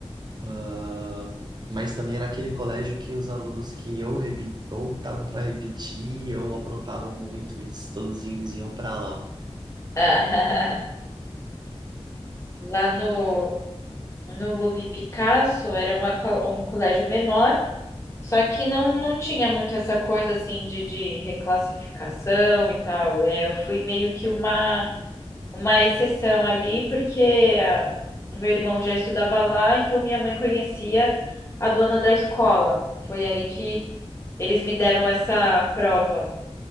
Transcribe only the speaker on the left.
<laughs> Lá no, no Lupe Picasso era uma, co- um colégio menor, só que não, não tinha muito essa coisa assim de, de reclassificação e tal. É, eu fui meio que uma, uma exceção ali, porque ah, o meu irmão já estudava lá, então minha mãe conhecia a dona da escola. Foi aí que eles me deram essa prova.